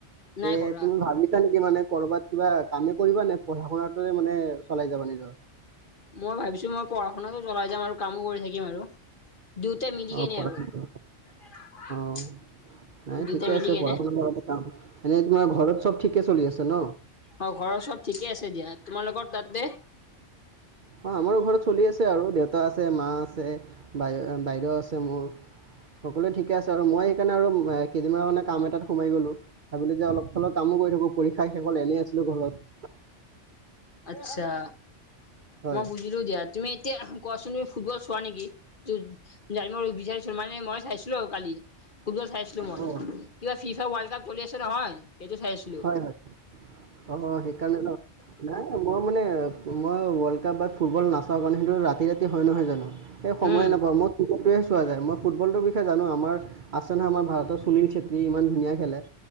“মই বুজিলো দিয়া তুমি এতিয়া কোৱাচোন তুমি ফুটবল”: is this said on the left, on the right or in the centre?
Left